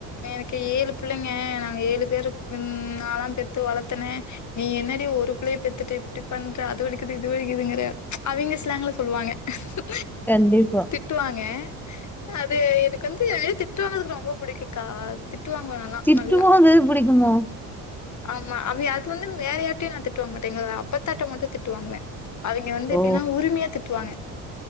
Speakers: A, on the left (about 40°); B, in the centre.
A: எனக்கு ஏழு பிள்ளைங்க நாங்க ஏழு பேரு உ நல்லாம் பெத்து வளர்த்தனேன் நீ என்னாடி ஒரு பிள்ளைையை பெத்துட்டு இப்படி பண்ற அது வலிக்குது இது வலிக்குதுங்கற அவங்க ஸ்லாங்கள சொல்லுவாங்க ஹூ
B: கண்டிப்பா
A: திட்டுவாங்க அது எனக்கு வந்து என் திட்டுவங்கதுக்கு ரொம்ப புடிக்கும்க்கா வாங்குவேன் நான்லாம்.
B: சிறட்டுறு
A: நல்லா
B: போகம் எது பிடிக்குமோ
A: ஆமா அவ அது வந்து வேற யார்கிடயையும் நான் தட்டுவாங்க மாட்டேன்ங்க அப்பத்தாட்டை மட்டும் திட்டுவாங்குவேன் அவங்க வந்து எப்படின்னா
B: ஓ
A: உரிமையா திட்டுவாங்க